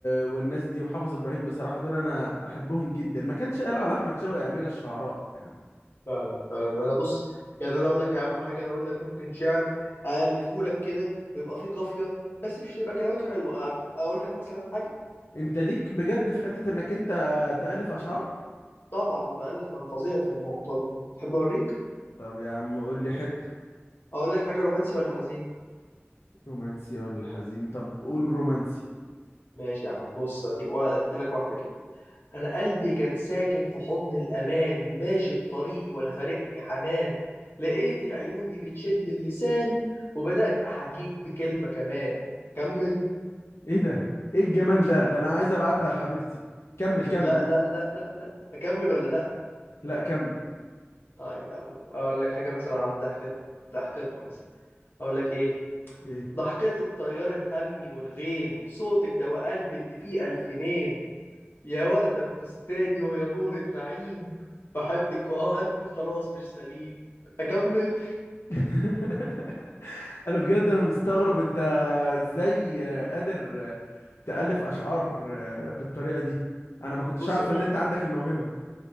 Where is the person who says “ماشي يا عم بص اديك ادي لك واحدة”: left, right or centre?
Left